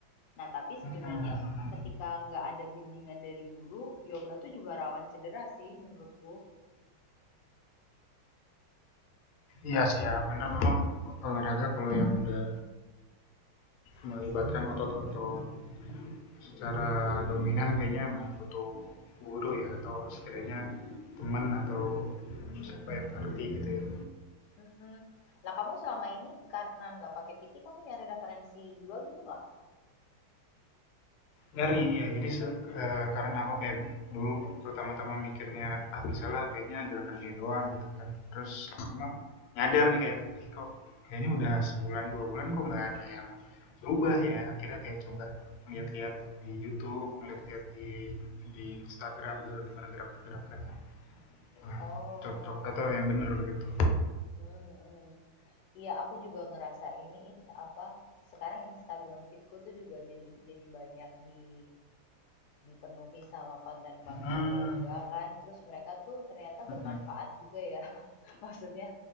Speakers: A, on the left; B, on the left.
A: Nah, tapi sebenarnya
B: Mm-mm.
A: ketika nggak ada bimbingan dari guru, yoga tuh juga rawan cedera sih menurutku.
B: Iya sih ya, benar memang olahraga kalau yang udah melibatkan otot-otot secara dominan kayaknya memang butuh guru ya atau setidaknya teman atau siapa yang ngerti gitu ya.
A: Mm-mm. Lah kamu selama ini karena nggak pakai PT kamu nyari referensi juga gitu nggak?
B: Ngeri, ya. Jadi, se eh, karena aku kayak dulu pertama-tama mikirnya, "Ah, bisalah kayaknya gerakan ini doang," gitu kan. Terus lama-lama nyadar nih kayak, "Ih, kok kayaknya udah sebulan, 2 bulan kok nggak ada yang berubah ya?" Akhirnya kayak coba lihat-lihat di YouTube, lihat-lihat di di Instagram gitu gimana gerakan-gerakan, eee,
A: Oh,
B: cocok atau yang bener gitu.
A: Hmm, iya aku juga ngerasa ini ini apa? Sekarang Instagram feedku tuh juga jadi jadi banyak di dipenuhi sama konten-konten
B: Mhm
A: yoga kan. Terus mereka tuh ternyata
B: mhm.
A: bermanfaat juga ya. <laughs> Maksudnya